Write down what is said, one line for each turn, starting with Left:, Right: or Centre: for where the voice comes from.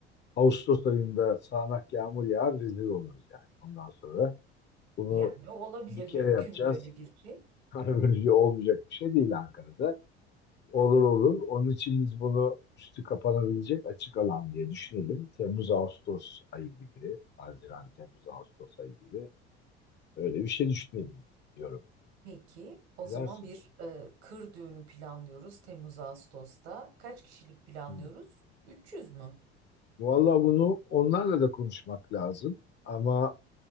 Left: Ağustos ayında sağanak yağmur yağar rezil oluruz yani. Ondan sonra bunu
Right: Yani o olabilir
Left: bir kere
Right: mümkün
Left: yapacağız.
Right: böyle bir
Left: <laughs>
Right: şey.
Left: Sonra böylece olmayacak bir şey değil Ankara'da. Olur olur. Onun için biz bunu üstü kapanabilecek açık alan diye düşünelim. Temmuz-Ağustos ayı gibi, Haziran-Temmuz-Ağustos ayı gibi Öyle bir şey düşünelim diyorum.
Right: Peki, o
Left: Ne
Right: zaman
Left: dersin?
Right: bir e, kır düğünü planlıyoruz Temmuz-Ağustos'ta. Kaç kişilik planlıyoruz?
Left: Hmm.
Right: 300 mü?
Left: Valla bunu onlarla da konuşmak lazım. Ama